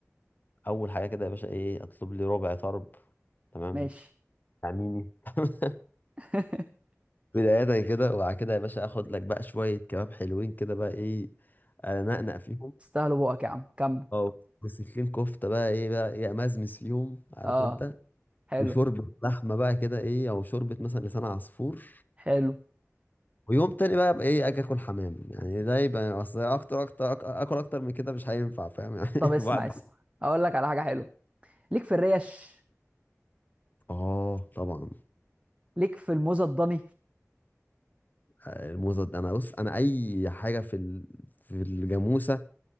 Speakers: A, on the left (about 35°); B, on the right (about 25°).
A: اول حاجة كده يا باشا ايه اطلب لي ربع طرب تمام
B: ماشي
A: تعميني <laughs>
B: <laughs>
A: بداية كده وبعد كده يا باشا اخد لك بقى شوية كباب حلوين كده بقى ايه انقنق فيهم
B: استاهلوا بقك يا عم كمل
A: اه وسكين كفتة بقى ايه بقى ايه امزمز فيهم عارف
B: اه
A: انت
B: حلو
A: وشوربة لحمة بقى كده ايه او شوربة مثلا لسان عصفور
B: حلو
A: ويوم تاني بقى ابقى ايه اجي اكل حمام يعني ده يبقى اصل اكتر اكتر أك- اكل اكتر من كده مش هينفع فاهم يعني <laughs>
B: طب اسمع
A: الواحد
B: اسمع اقول لك على حاجة حلوة ليك في الريش
A: اه طبعا
B: ليك في الموزة الضني
A: الموزة دي- انا بص انا اي حاجة في ال... في الجاموسة